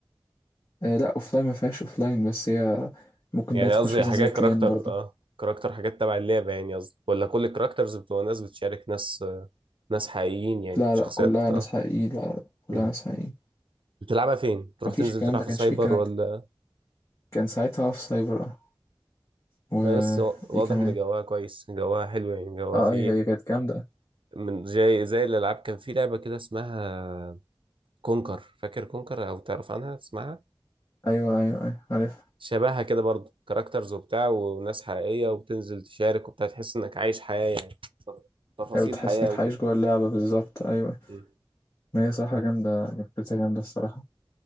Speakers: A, on the left; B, on the right.
A: آه لا اوفلاين ما فيهاش اوفلاين بس هي ممكن
B: يعني
A: بقى تخش
B: قصدي
A: مثلا
B: حاجات
A: زي كلان
B: كاركتر
A: برضه
B: اه كاركتر حاجات تبع اللعبة يعني قصدي ولا كل الكاركترز بتبقى ناس بتشارك ناس آه، ناس حقيقيين يعني
A: لا
B: شخصيات
A: لا كلها
B: اه
A: ناس حقيقيين لا لا كلها
B: امم
A: ناس حقيقيين
B: بتلعبها فين بتروح
A: مفيش
B: تنزل
A: الكلام
B: تلعب
A: ده
B: في
A: كانش
B: سايبر
A: فيه الكلام
B: ولا
A: ده كان ساعتها في سايبر اه وايه
B: آه، بس وا- واضح
A: كمان
B: ان جواها كويس جواها حلو يعني جواها
A: اه
B: فيه
A: ايوه هي كانت جامدة
B: من زي زي الالعاب كان في لعبة كده اسمها كونكر فاكر كونكر او تعرف عنها تسمعها
A: ايوه ايوه ايوه عارف
B: شبهها كده برضو كاركترز وبتاع وناس حقيقية وبتنزل تشارك وبتاع تحس انك عايش حياة يعني تف- تفاصيل
A: ايوه تحس
B: حياة
A: انك
B: وكده
A: عايش جوه اللعبة بالظبط ايوه
B: مم.
A: ما هي صراحة جامدة فكرتها جامدة الصراحة